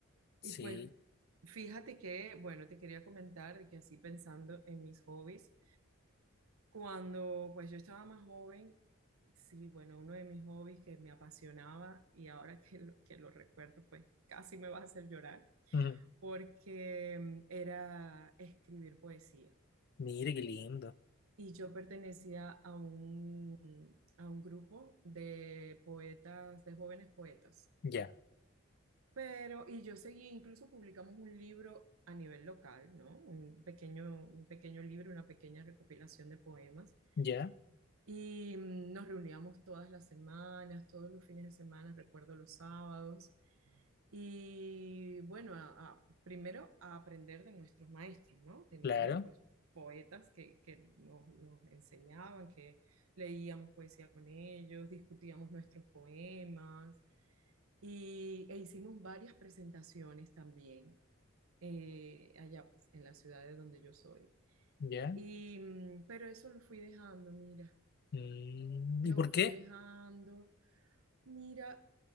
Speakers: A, on the left; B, on the right.
A: Sí.
B: Y pues fíjate que, bueno, te quería comentar de que así pensando en mis hobbies. Cuando pues yo estaba más joven, sí, bueno, uno de mis hobbies que me apasionaba y ahora que lo, que lo recuerdo, pues casi me va a hacer llorar,
A: Mm.
B: porque mm, era escribir poesía.
A: Mire qué lindo.
B: Y yo pertenecía a un, a un grupo de poetas, de jóvenes poetas.
A: Ya,
B: Pero, y yo seguí, incluso publicamos un libro a nivel local, ¿no? Un pequeño, un pequeño libro, una pequeña recopilación de poemas.
A: ya,
B: Y mm, nos reuníamos todas las semanas, todos los fines de semana, recuerdo los sábados. Y bueno, a- a- primero a aprender de nuestros maestros, ¿no? Teníamos
A: claro,
B: pues poetas que, que nos, nos enseñaban, que leíamos poesía con ellos, discutíamos nuestros poemas y, e hicimos varias presentaciones también eh, allá pues en la ciudad de donde yo soy.
A: ya.
B: Y, mm, pero eso lo fui dejando, mira,
A: Mm,
B: lo
A: ¿Y por
B: fui
A: qué?
B: dejando. Mira,